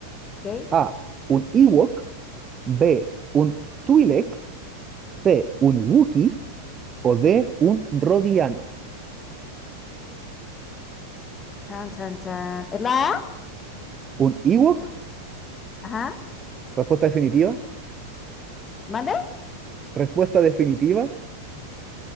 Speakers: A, on the left (about 20°); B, on the right (about 25°).
A: Ok.
B: A. Un Ewok. B. Un Twi'lek. C. Un Wookiee. O D. Un Rodiano.
A: Chan, chan, chan. ¿Es la A?
B: Un Ewok.
A: Ajá.
B: Respuesta definitiva.
A: ¿Mande?
B: Respuesta definitiva.